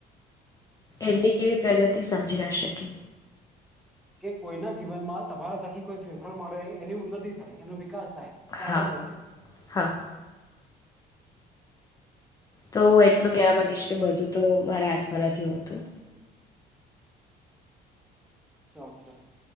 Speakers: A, on the left; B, in the centre.
A: એમની કેવી પ્રગતિ સમજી ના શકી
B: કે કોઈના જીવનમાં તમારા થકી કોઈ ફેરફાર મળે એની ઉન્નતિ થાય એનો વિકાસ થા ય
A: હા
B: એ આગળ વધે
A: હા તો હું એટલું કહેવા માંગીશ કે બધું તો મારા હાથમાં નથી હોતું
B: ચોક્કસ હ